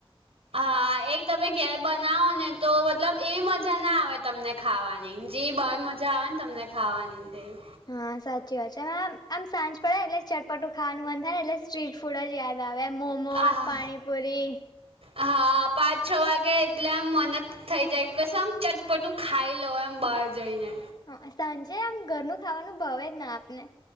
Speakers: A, on the right; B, on the left.
A: હા, એક તમે ઘેર બનાવો ને તો મતલબ એવી મજા ના આવે તમને. ખાવાની જે બાર મજા આવે ને તમને ખાવાની તેવી.
B: હા, સાચી વાત છે આમ સાંજ પડે ને એટલે ચટપટું ખાવાનું મન થાય ને એટલે સ્ટ્રીટ ફૂડ જ યાદ આવે એમ મોમોઝ,
A: આહા
B: પાણીપુરી
A: હા પાંચ છો વાગે એટલે આમ મને થઇ જાય કે કશે આમ ચટપટું ખાઈ લઉ એમ બહાર જઈને.
B: હ સાંજે આમ ઘરનું ખાવાનું ભાવ જ ના આપને.